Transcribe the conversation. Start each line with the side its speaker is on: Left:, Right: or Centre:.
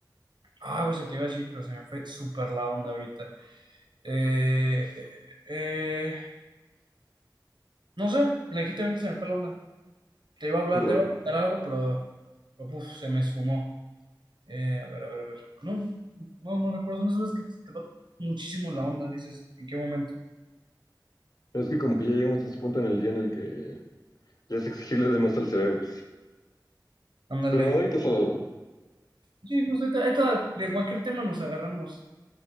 Right: ah, güey, se te iba a decir, pero se me fue súper la onda ahorita. Eh, eh, eh, no sé, legítimamente se me fue la onda. Te iba a hablar,
Left: Lol.
Right: te iba a contar algo, pero, pero puf, se me esfumó. Eh, a ver, a ver, a ver. No, no, no recuerdo. Son esas veces que te, te va muchísimo la onda, dices, ¿en qué momento?
Left: Es que como que ya llegamos a ese punto en el día en el que ya es exigirle de más al cerebro.
Right: Ándale.
Left: Pero ahorita sale algo.
Right: Sí, justo, esta ahorita de cualquier tema nos agarramos.